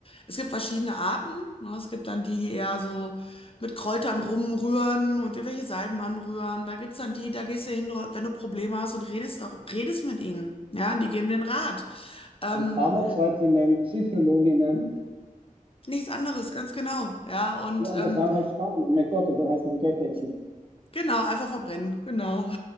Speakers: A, on the left; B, on the right.
A: es gibt verschiedene Arten. Ne? Es gibt dann die, die eher so mit Kräutern rumrühren und irgendwelche Salben anrühren. Da gibt's dann die, da gehst du hin, wenn du Probleme hast und redest, da, redest mit ihnen. Ja, die geben den Rat. Ähm,
B: Also Pharmazeutinnen, Psychologinnen.
A: nichts anderes, ganz genau. Ja, und
B: Ja, und
A: ähm,
B: das waren halt Frauen. Oh mein Gott, und dann heißen sie gleich Hexen.
A: genau, einfach verbrennen, genau.